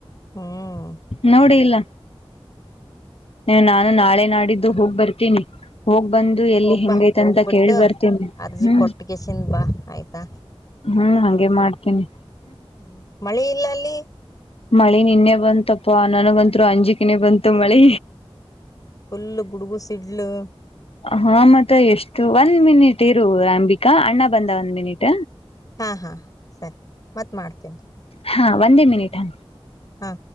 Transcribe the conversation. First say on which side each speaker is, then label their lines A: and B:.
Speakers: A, on the left (about 40°); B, on the left (about 80°).
A: ಹ್ಮ್
B: ನೋಡಿ ಇಲ್ಲ. ಏ ನಾನು ನಾಳೆ ನಾಡಿದ್ದು ಹೋಗ್ ಬರ್ತೀನಿ. ಹೋಗ್ ಬಂದು ಎಲ್ಲಿ
A: ಹೋಗ್ಬಾ
B: ಹೆಂಗೈತ
A: ಹೋಗ್ಬಿಟ್ಟು
B: ಅಂತ ಕೇಳಿ ಬರ್ತೇನಿ
A: ಅರ್ಜಿ
B: ಹ್ಮ್.
A: ಕೊಟ್ಟಗೆಸಿಂದ ಬಾ ಆಯ್ತಾ
B: ಹ್ಮ್ ಹಂಗೆ ಮಾಡ್ತೀನಿ.
A: ಹ್ಮ್ ಮಳೆ ಇಲ್ಲ ಅಲ್ಲಿ.
B: ಮಳಿ ನಿನ್ನೆ ಬಂತಪ್ಪಾ ನನಗಂತ್ರು ಅಂಜಿಕಿನೇ ಬಂತು ಮಳಿ.
A: ಫುಲ್ ಗುಡುಗು ಸಿಡ್ಲು.
B: ಹಾ ಮತ್ತ ಎಷ್ಟು, ಒಂದ್ ಮಿನಿಟ್ ಇರು ಅಂಬಿಕಾ ಅಣ್ಣ ಬಂದ ಒಂದ್ ಮಿನಿಟ.
A: ಹಾ ಹಾ ಸರಿ ಮತ್ ಮಾಡ್ತೀನ್ರಿ.
B: ಹಾ ಒಂದೇ ಮಿನಿಟ.
A: ಹಾ